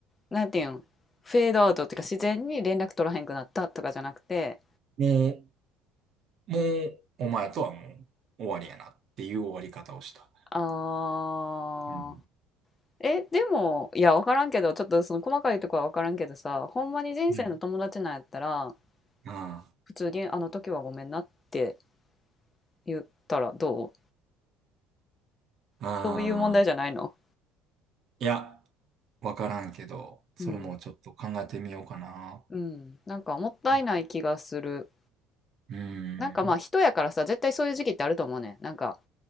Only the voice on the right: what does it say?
ん。もうもう、お前とはもう終わりやなっていう終わり方をした。
うん。
うん。あ
あ、
ああ、いや、わからんけど、それもちょっと考えてみようかな。
うん、うん、